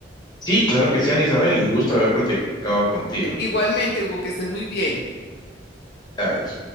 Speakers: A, on the left; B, on the left.
A: Sí, claro que sí, Ana Isabel, un gusto haber platicado contigo.
B: igualmente, Hugo, que estés muy bien.
A: Adiós.